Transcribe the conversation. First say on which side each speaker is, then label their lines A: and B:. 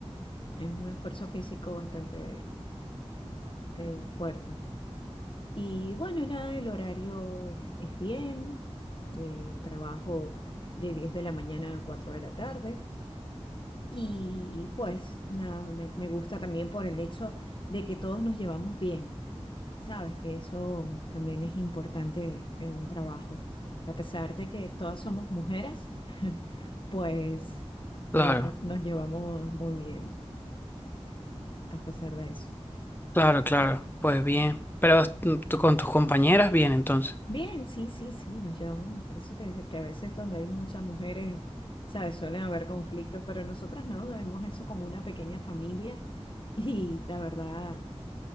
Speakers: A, on the left; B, on the left.
A: Es un esfuerzo físico bastante eh, fuerte. Y bueno, nada, el horario es, es bien. eh, trabajo de 10 de la mañana a 4 de la tarde. Y pues nada, me, me gusta también por el hecho de que todos nos llevamos bien. Sabes que eso también es importante en un trabajo, que a pesar de que todas somos mujeres, <laughs> pues
B: Claro,
A: eh, no- nos llevamos muy bien a pesar de eso.
B: claro,
A: Sí.
B: claro. Pues bien. Pero tú con tus compañeras, bien, entonces.
A: Bien, sí, sí, sí, nos llevamos. Por eso te decía que a veces donde hay muchas mujeres, sabes, suelen haber conflictos, pero nosotros no, nos hemos hecho como una pequeña familia y la verdad.